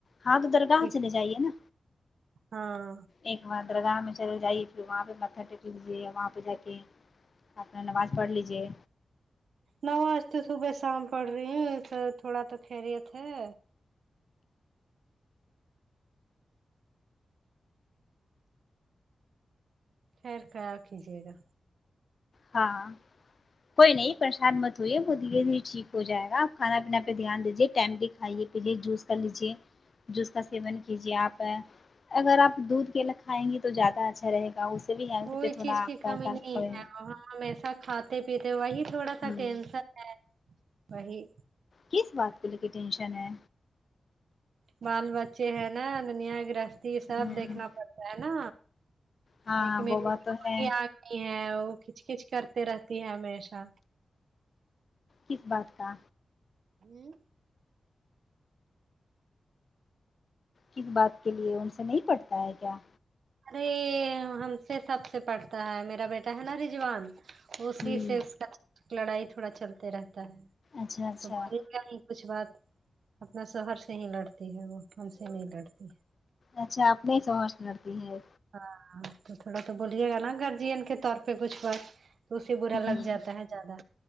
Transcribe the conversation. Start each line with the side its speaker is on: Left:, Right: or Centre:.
Left: ہاں تو درگاہ
Right: ٹھیک
Left: چلے
Right: ہے
Left: جائیے نا
Right: ہاں
Left: ایک بار درگاہ میں چلے جائیے پھر وہاں پہ متا ٹک لیجیے وہاں پہ جا کے اپنا نماز پڑھ لیجے
Right: نو آج تو صبح شام پڑھ رہی ہے سے تھوڑا تو خیریت ہے خیر خیال کیجیے گا
Left: ہاں کوئی نہیں پریشان مت ہویے وہ دھیرے دھیرے ٹھیک ہو جائے گا آپ کھانا پینا پہ دھیان دیجے ٹائم کھائیے پیلیے جوس کر لیجیے جوس کا سیون کیجیے آپ آ اگر آپ دودھ کیلا کھائیں گی تو زیادہ اچھا رہے گا اس سے بھی ہیلتھ
Right: کوئی
Left: پہ تھوڑا
Right: چیز
Left: آپ
Right: کی
Left: کا
Right: کمی
Left: اثر
Right: نہیں
Left: پڑے
Right: ہے وہاں ہمیشہ کھاتے پیتے وہی تھوڑا
Left: ہوں
Right: سا ٹینشن ہے وہی
Left: کس بات کو لے کے ٹینشن ہے
Right: بال بچے ہیں نا دنیا گرہستی سب
Left: ہوں
Right: دیکھنا پڑتا ہے نا
Left: ہاں
Right: ایک میری
Left: وہ بات تو ہے
Right: آتی ہے وہ کھچ کچ کرتے رہتی ہے ہمیشہ
Left: کس بات کا
Right: ہم
Left: کس بات کے لیے ان سے نہیں پڑتا ہے کیا
Right: ارے ہم سے سب سے پڑھتا ہے میرا بیٹا ہے نا رضوان اسی
Left: ہوں
Right: سے اس کا لڑائی تھوڑا چلتے رہتا ہے
Left: اچھا اچھا
Right: تو بولی کیا ہی کچھ بات اپنا شوہر سے ہی لڑتی ہے وہ ہم سے نہیں لڑتی ہے
Left: اچھا اپنے ہی شوہر سے لڑتی ہے
Right: ہاں تو تھوڑا تو بولیے گا نا گرجین کے طور پہ کچھ بات تو اسے
Left: ہوں
Right: برا
Left: ہوں
Right: لگ جاتا ہے زیادہ